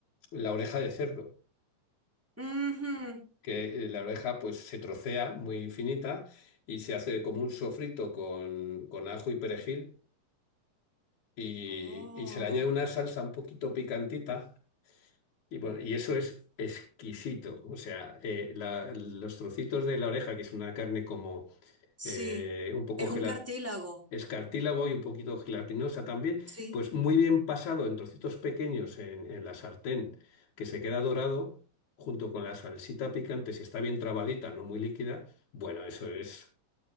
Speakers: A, on the left; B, in the centre.
A: la oreja de cerdo,
B: Ujú.
A: que eh, la oreja pues se trocea muy finita y se hace como un sofrito con, con ajo y perejil y,
B: Oh,
A: y se le añade una salsa un poquito picantita y bueno, y eso es exquisito. O sea, eh, la- los trocitos de la oreja, que es una carne como
B: sí,
A: eh, un poco
B: es
A: gelat
B: un cartílago,
A: escartílago y un poquito gelatinosa también,
B: sí.
A: pues muy bien pasado en trocitos pequeños en, en la sartén, que se queda dorado junto con la salsita picante, si está bien trabadita, no muy líquida, bueno, eso es,